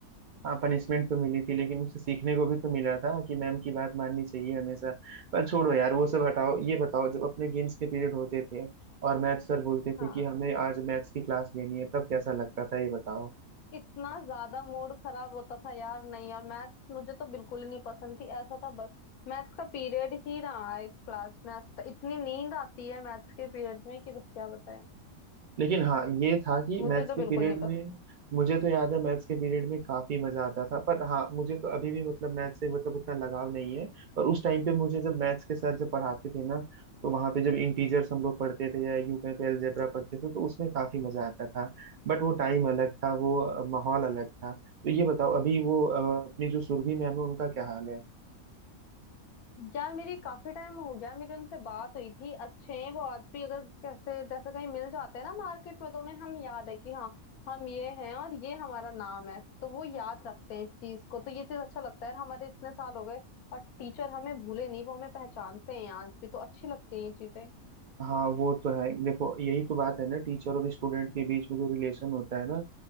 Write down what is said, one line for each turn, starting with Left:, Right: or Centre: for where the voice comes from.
Right: हाँ पनिशमेंट तो मिली थी लेकिन उससे सीखने को भी तो मिला था कि मैम की बात माननी चाहिए हमेशा पर छोड़ो यार वो सब हटाओ ये बताओ जब अपने गेम्स के पीरियड होते थे और मैथ सर बोलते
Left: हाँ
Right: थे कि हमें आज मैथ्स की क्लास लेनी है तब कैसा लगता था ये बताओ
Left: इतना ज्यादा मूड खराब होता था यार नहीं यार मैथ्स मुझे तो बिल्कुल ही नहीं पसंद थी ऐसा था बस मैथ्स का पीरियड ही ना आए क्लास में ऐसा था इतनी नींद आती है मैथ्स के पीरियड में कि बस क्या बताएं
Right: लेकिन हाँ ये था कि
Left: मुझे
Right: मैथ्स
Left: तो
Right: के
Left: बिल्कुल
Right: पीरियड
Left: नहीं
Right: में मुझे तो याद है मैथ्स के पीरियड में काफी मजा आता था पर हाँ मुझे तो अभी भी मतलब मैथ्स से मतलब उतना लगाव नहीं है पर उस टाइम पे मुझे जब मैथ्स के सर जब पढ़ाते थे ना तो वहां पे जब इंटीजर्स हम लोग पढ़ते थे या यूं कहें तो अलजेब्रा पढ़ते थे तो उसमें काफी मजा आता था बट वो टाइम अलग था वो अ, माहौल अलग था तो ये बताओ अभी वो अ, अपनी जो सुरभि मैम है उनका क्या हाल है
Left: यार मेरी काफी टाइम हो गया मेरी उनसे बात हुई थी अच्छे हैं वो आज भी अगर कैसे जैसे कहीं मिल जाते हैं ना मार्केट में तो उन्हें हम याद है कि हाँ हम ये हैं और ये हमारा नाम है तो वो याद रखते हैं इस चीज को तो ये चीज अच्छा लगता है यार हमारे इतने साल हो गए और टीचर हमें भूले नहीं वो हमें पहचानते हैं आज भी तो अच्छी लगती हैं ये चीजें
Right: हाँ वो तो है देखो यही तो बात है ना टीचर और स्टूडेंट के बीच में जो रिलेशन होता है ना